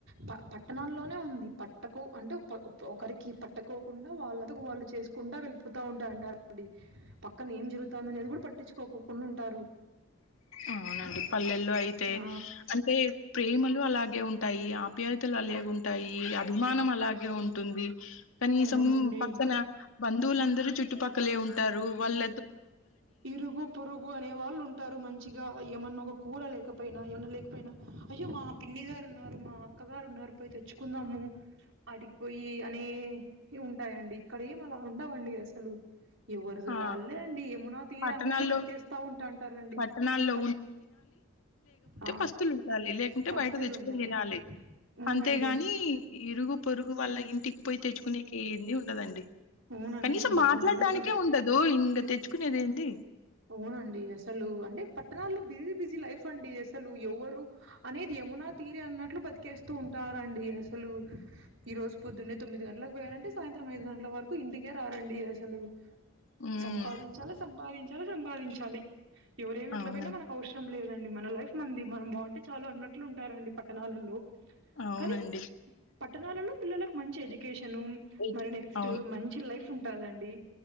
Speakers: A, on the right (about 70°); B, on the left (about 80°).
A: ప పట్టణాల్లోనే ఉంది పట్టకు అంటే ఓ ఒకరికి పట్టకోకుండా వాళ్ళ వాళ్ళు చేసుకుంటా వెళ్ళితా ఉంటారుంటారుడి పక్కన ఏం జరుగుతుందని అది కూడా పట్టించుకోక కొండా ఉంటారు
B: అవునండి పల్లెల్లో అయితే
A: ఆ!
B: అంటే ప్రేమలు అలాగే ఉంటాయి ఆప్యాయతలు అలే ఉంటాయి అభిమానం అలాగే ఉంటుంది కనీసం
A: అవునండి.
B: పక్కన బంధువులందరు చుట్టుపక్కలే ఉంటారు వాళ్ళ
A: ఇరుగు పొరుగు అనే వాళ్ళు ఉం టారు మంచిగా ఏమన్నా ఒక కూర లేకపోయినా ఏమన్నా లేకపోయినా అయ్యో మా పిన్ని గారు ఉన్నారు మా అక్కగారు ఉన్నారు పోయి తెచ్చుకుందాము ఆడికి పోయి అనే ఉంటాయండి ఇక్కడ ఏం అలా ఉండవండి అసలు ఎవరుది
B: ఆ!
A: వాళ్ళే ఏమునా తీరే
B: పట్టణాల్లో
A: అన్నట్లు బతికేస్తా ఉంటాంటారండి
B: పట్టణాల్లో
A: బట్ ఆ
B: పస్తులుండలి లేకుంటే
A: పస్తులు
B: బయట తెచ్చుకని
A: ఉండరు
B: తినాలి
A: అవునండి
B: అంతే గాని ఇరుగు పొరుగు వాళ్ళ ఇంటికి పోయి తెచ్చుకునే ఏంది ఉండదండి
A: అవునండి
B: కనీసం మాట్లాడడానికి
A: మీరు అన్నట్లు
B: అదో ఇంకా తెచ్చుకునేది ఏంది
A: అవునండి అసలు అంటే పట్టణాలు బిజీ బిజీ లైఫ్ అండి అసలు ఎవరు అనేది యమున తీరే అన్నట్లు బతికేస్తూ ఉంటారండి అసలు ఈ రోజు పొద్దున్నే తొమ్మిది గంటలకు పోయారంటే సాయంత్రం ఐదు గంటల వరకు ఇంటికే రారండి అసలు
B: ఉమ్
A: సంపాదించాలి సంపాదించాలి సంపాదించాలి ఎవరేమి ఎట్లా
B: అవునండి
A: పోయినా మనకు అవసరం లేదు అండి మన లైఫ్ మనది మనం బాగుంటే చాలా అన్నట్లు ఉంటారండి పట్టణాలలో
B: అవునండి
A: కానీ పట్టణాలలో పిల్లలకు మంచి ఎడ్యుకేషన్ షాను
B: ఏజ్-
A: మరి నెక్స్ట్
B: అవును
A: మంచి లైఫ్ ఉంటదండి